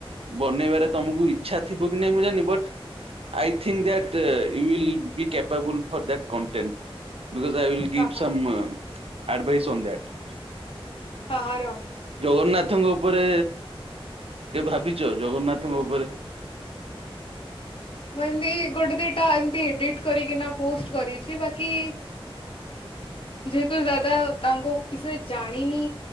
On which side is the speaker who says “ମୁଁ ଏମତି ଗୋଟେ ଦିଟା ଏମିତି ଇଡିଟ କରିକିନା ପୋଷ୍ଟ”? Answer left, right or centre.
Left